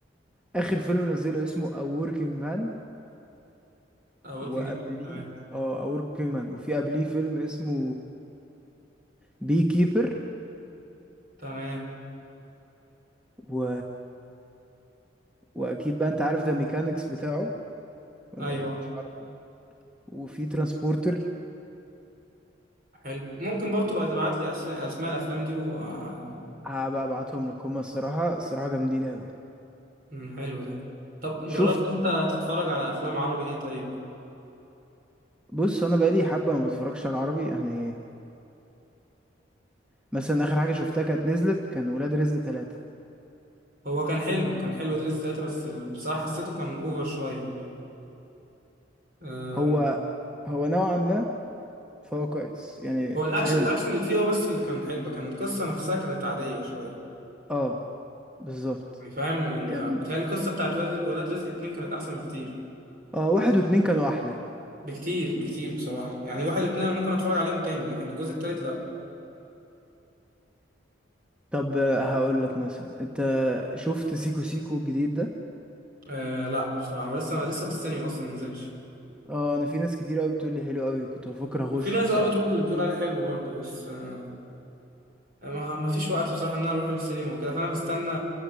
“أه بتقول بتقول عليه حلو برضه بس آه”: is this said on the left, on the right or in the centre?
Right